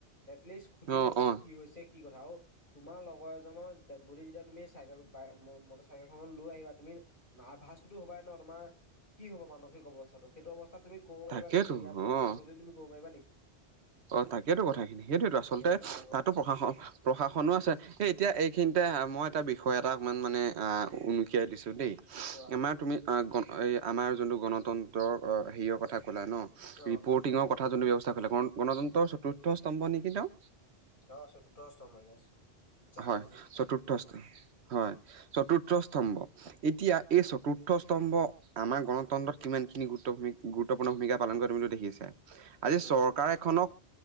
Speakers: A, on the left; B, on the right.
A: এটলিষ্ট সুধিও
B: অ
A: যে
B: অ
A: কি হৈছে কি কথা আৰু তোমাৰ লগৰ এজনৰ বুলি যেতিয়া তুমি চাইকেল মটৰ চাইকেল খনত লৈ আহিবা তুমি নাৰ্ভাচটোতো হ'বাই ন তোমাৰ কি হব মানসিক অৱস্থাটো সেইটো অৱস্থাত তুমি ক'ব পাৰিবা
B: তাকেইতো
A: নে যে ইয়াৰ মূল
B: অ
A: ঘোৰাইছে বুলি তুমি কব পাৰিবা নেকি।
B: অ তাকেইতো কথাখিনি সেইটো আচলতে
A: এইটো ডাঙৰ কথা।
B: তাতো প্ৰশাসন প্ৰশাসনো আছে সে এতিয়া এইখিনিতে মই এটা বিষয় এটা অকণমান মানে উনুকিয়াই দিছোঁ দেই
A: কোৱা
B: আমাৰ
A: কোৱা
B: তুমি গণ এই আমাৰ যোনটো গণতন্ত্ৰৰ হেৰিয়ৰ কথা ক'লা ন।
A: অ',
B: ৰিপৰ্টিঙৰ কথা যোনটো ব্যৱস্থা কৰিলে গণতন্ত্ৰৰ চতুৰ্থ স্তম্ভ নেকি তেওঁ
A: অ চতুৰ্থ ষ্টম হৈাৰ আছ জানুৱাৰী
B: হয়
A: যাম
B: চতুৰ্থ মষ্ট হয় চতুৰ্থ স্তম্ভ এতিয়া এই চতুৰ্থ স্তম্ভ আমাৰ গণতন্ত্ৰত কিমান খিনি গুৰুত্বূ গুৰুত্বপূৰ্ণ ভূমিকা পালন কৰি তুমি টো দেখিছা আছে আজি
A: উম।
B: চ এখনক